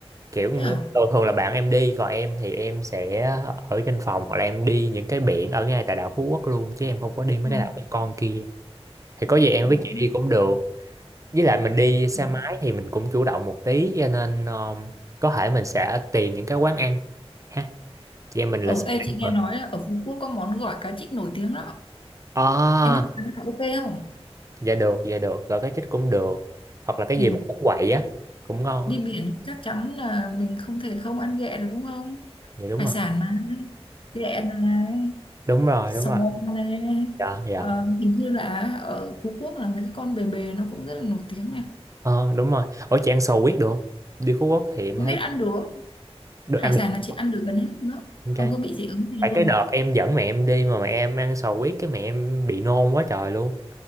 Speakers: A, on the right; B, on the left.
A: kiểu ngư-
B: Thế à?
A: thường thường là bạn em đi còn em thì em sẽ ở trên phòng hoặc là em đi những cái biển ở ngay tại đảo Phú Quốc luôn chứ em không có đi mấy
B: Ừ.
A: cái đảo con con kia thì có gì em
B: Được.
A: với chị đi cũng được với lại mình đi xe
B: Ừ.
A: máy thì mình cũng chủ động một tí cho nên um, có thể mình sẽ tìm những cái quán ăn ha chị em mình
B: Ờ,
A: là sẽ
B: ê,
A: ăn
B: chị nghe
A: mà.
B: nói là ở Phú Quốc có món gỏi cá trích nổi tiếng đó.
A: à
B: Em biết cái đó ok không?
A: dạ được dạ được gọi cái chích cũng được hoặc là cái
B: Ừ.
A: gì mà bánh quậy á cũng ngon
B: đi
A: á
B: biển chắc chắn là mình không thể không ăn ghẹ được đúng không
A: dạ đúng
B: hải
A: rồi
B: sản mà ghẹ này
A: đúng rồi
B: sò
A: đúng rồi
B: này
A: dạ dạ
B: Ờ, hình như là ở Phú Quốc là mấy cái con bề bề nó cũng rất là nổi tiếng này
A: ờ đúng rồi ở chị ăn sò huyết được không đi Phú Quốc thì em
B: không
A: thấy
B: biết ăn được
A: được
B: hải
A: ăn
B: sản
A: được
B: là chị ăn được gần hết nữa
A: ok
B: không có bị dị ứng gì
A: tại
B: luôn
A: cái đợt em dẫn mẹ em đi mà mẹ em ăn sò huyết cái mẹ em bị nôn quá trời luôn